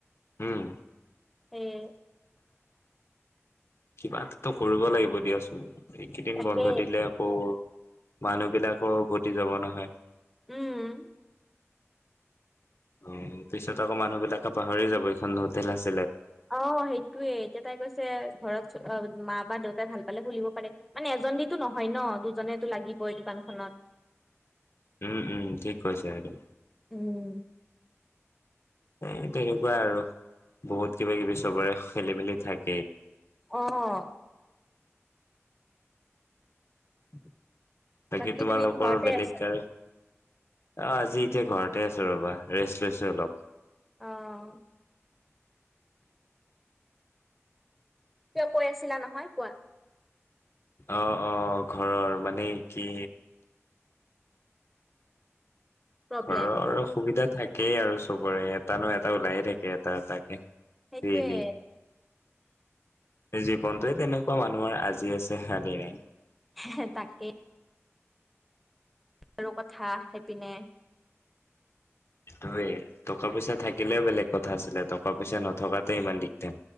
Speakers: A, on the left (about 60°); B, in the centre.
A: উম,
B: এই
A: কিবা এটাটো কৰিব লাগিব দিয়াচোন। এইকেইদিন
B: তাকে
A: বন্ধ দিলে আকৌ মানুহ বিলাকো উভতি যাব নহয়
B: উম
A: অ পিছত আকৌ মানুহ বিলাকে পাহৰি যাব এইখন হোটেল আছে।
B: অ সেইটোৱে এতিয়া তাই কৈছে ঘৰত অ মা বা দেউতাই ভাল পালে খুলিব পাৰে মানে এজন দতো নহয় ন দুজনেতো লাগিব এই দোকানখনত।
A: উম, উম ঠিক কৈছে একদম।
B: উম
A: এ তেনেকুৱা আৰু, বহুত কিবা-কিবি সবৰে খেলি-মেলি থাক
B: অহ <unintelligible>
A: বাকী তোমালোকৰ
B: তুমি ঘৰতে
A: বেলেগ
B: আছা
A: কাৰ? অ আজি এতিয়া ঘৰতে আছো ৰ'বা ৰেষ্ট লৈছো অলপ।
B: অহ তেওঁ কৈ আছিলা নহয়, কোৱা
A: আহ-আহ ঘৰৰ মানে কি
B: প্ৰব্লেম
A: ঘৰৰ অসুবিধা থাকেই আৰু সবৰে, এটা নহয় এটা ওলাইয়ে থাকে এটা এটাকে।
B: সেইটোৱে
A: ডেইলি জীৱনটোৱে তেনেকুৱা মানুহৰ আজি আছে শানি নাই।
B: হে তাকে আৰু কথা সেইপিনে
A: তয়েই, টকা পইচা থাকিলেও বেলেগ কথা আছিলে, টকা পইচা নথকাতে ইমান দিগদাৰ।